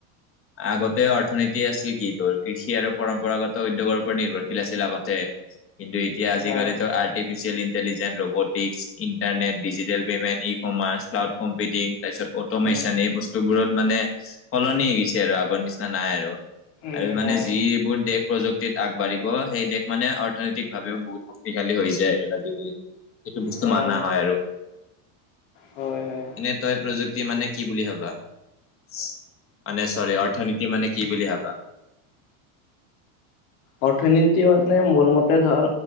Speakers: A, on the left (about 30°); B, on the left (about 70°).
A: আগতে অৰ্থনীতি আছিল কি তোৰ, কৃষি আৰু পৰম্পৰাগত উদ্যোগৰ ওপৰত নিৰ্ভৰশীল আছিল আগত তে, কিন্তু এতিয়া আজিকালি
B: আহ,
A: টো artificial ইণ্টেলিজেন, robotics, internet, digital payment, e commerce, cloud computing তাৰপিছত অ'টো মেচন,
B: উম,
A: এই বস্তু বস্তুবোৰত মানে সলনি হৈ গৈছে। এতিয়া আৰু আগৰ নিচিনা নাই আৰু,
B: উম,
A: আৰু মানে
B: নাই।
A: যিবোৰ দেশ প্ৰযুক্তি- আগবাঢ়িব সেই দেশ মানে অৰ্থনৈতিক ভাৱেও বহুত শক্তিশালী হৈ যায় আৰু আজিকালি, সেইটো বস্তু
B: অ',
A: মানা হয় আৰু।
B: হয়, হয়।
A: এনেই তই প্ৰযুক্তি মানে কি বুলি ভাবা? মানে- চৰি, অৰ্থনীতি মানে কি বুলি ভাবা?
B: অৰ্থনীতি মানে মোৰ মতে ধৰ